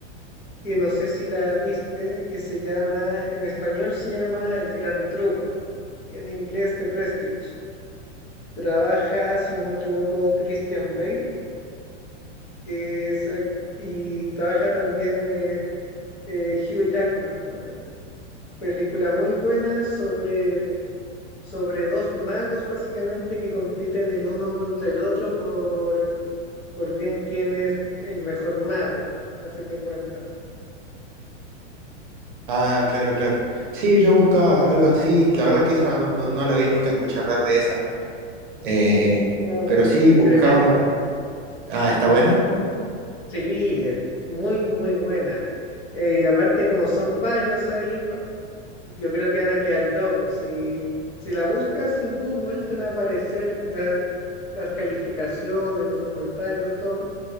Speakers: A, on the left; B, on the right.
A: que no sé si la viste, que se llama, en español se llama El Gran Truco y en inglés The Prestige. Trabaja, si no me equivoco, Christian Bale, que es, ac- y trabaja también eh, eh, Hugh Jackman también. Película muy buena sobre, sobre dos magos básicamente que compiten el uno contra el otro por bien quién es el mejor mago, a fin de cuentas.
B: Ah, claro, claro. Sí, yo buscaba algo así. La verdad que esa no, no, no la vi, nunca escuché hablar de esa. Eh,
A: Uy,
B: pero sí,
A: es
B: buscábamos.
A: tremenda.
B: Ah, ¿está buena?
A: Sí, es muy, muy buena. Eh, y aparte, como son varios ahí, va- yo creo que van a quedar locos. Si, si la buscas en Google, te van a aparecer la- las calificaciones, los comentarios, todo.